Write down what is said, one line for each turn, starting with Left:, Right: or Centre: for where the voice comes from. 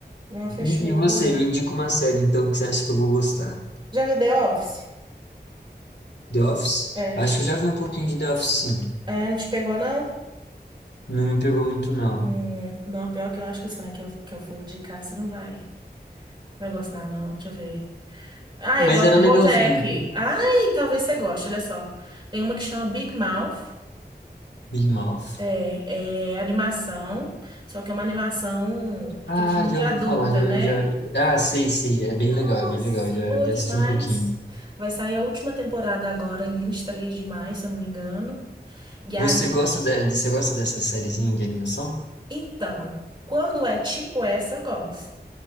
Right: Não, fechou.
Left: E, e
Right: Eu
Left: você,
Right: vou.
Left: me indica uma série, então, que você acha que eu vou gostar?
Right: Já viu The Office?
Left: The Office?
Right: É.
Left: Acho que eu já vi um pouquinho de The Office, sim.
Right: É, não te pegou, não?
Left: Não me pegou muito, não.
Right: Hum, não, pior que eu acho que o estranho que eu, que eu for indicar, você não vai. Vai gostar, não. Deixa eu ver. Ah,
Left: Mas
Right: eu gosto
Left: era
Right: do
Left: legalzinho.
Right: BoJack. Ai, talvez você goste, olha só. Tem uma que chama Big Mouth.
Left: Big Mouth.
Right: É, é animação, só que é uma animação
Left: Ah,
Right: que eles chamam
Left: já
Right: de adulta,
Left: ouvi falar, já,
Right: né?
Left: já... Ah, sei, sei, é bem
Right: Nossa,
Left: legal, é bem legal, já,
Right: boa
Left: já
Right: demais.
Left: assisti um pouquinho.
Right: Vai sair a última temporada agora, em 23 de maio, se eu não me engano. E aí,
Left: Você gosta de, você gosta dessa sériezinha de animação?
Right: então, quando é tipo essa, eu gosto.